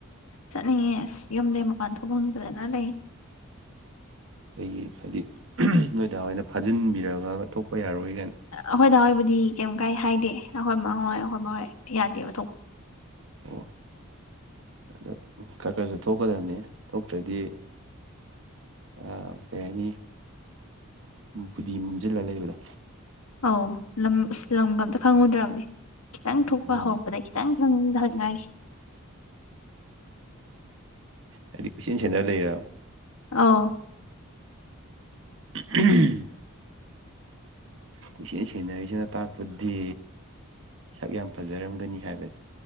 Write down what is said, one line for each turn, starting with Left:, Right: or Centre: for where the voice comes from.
Left: ꯆꯠꯅꯤꯡꯌꯦ ꯑꯁ ꯌꯨꯝꯗꯩ ꯃꯄꯥꯟ ꯊꯣꯛ ꯐꯪꯗꯥꯗꯅ ꯂꯩ꯫
Right: ꯑꯩ ꯒꯤ ꯍꯥꯏꯗꯤ ꯑꯍꯝ ꯅꯣꯏꯗ ꯍꯣꯏꯅ ꯐꯥꯖꯤꯟꯕꯤꯔꯕꯕ ꯊꯣꯛꯄ ꯌꯥꯔꯣꯏ ꯒꯥꯏꯅ
Left: ꯑꯈꯣꯏ ꯗꯥ ꯍꯣꯏꯕꯨꯗꯤ ꯀꯩꯝ ꯀꯥꯏ ꯍꯥꯏꯗꯦ ꯑꯈꯣꯏ ꯃꯥ ꯍꯣꯏ ꯑꯩꯈꯣꯏ ꯕꯥ ꯍꯣꯢ ꯌꯥꯗꯦꯕ ꯊꯣꯛꯄ꯫
Right: ꯑꯣ ꯑꯗꯣ ꯈꯔ ꯈꯔꯁꯨ ꯊꯣꯛꯀꯗꯞꯅꯦ ꯊꯣꯛꯇ꯭ꯔꯗꯤ ꯎꯝ ꯀꯩ ꯍꯥꯏꯅꯤ ꯐꯨꯗꯤ ꯃꯝꯖꯤꯜꯂꯒ ꯂꯩꯕꯗꯣ
Left: ꯑꯧ ꯂꯝ ꯂꯝꯒ ꯑꯝꯇ ꯈꯪꯉꯨꯗ꯭ꯔꯕꯅꯦ ꯈꯤꯇꯪ ꯊꯣꯛꯄ
Right: ꯎꯝ
Left: ꯍꯧꯔꯛꯄ꯫ ꯗ ꯈꯤꯇꯪ ꯈꯪꯗ ꯍꯪꯉꯥꯏ
Right: ꯍꯥꯏꯗꯤ ꯀꯣꯏꯁꯦꯟ ꯁꯦꯟꯟꯅꯔ ꯂꯩꯔꯕ
Left: ꯑꯥꯎ
Right: ꯎꯍꯝ꯫ ꯀꯨꯏꯁꯦꯟ ꯁꯦꯡꯅꯔꯤꯁꯤꯅ ꯇꯥꯛꯄꯗꯤ꯫ ꯁꯛ ꯌꯥꯝ ꯐꯖꯔꯝꯒꯅꯤ ꯍꯥꯏꯕ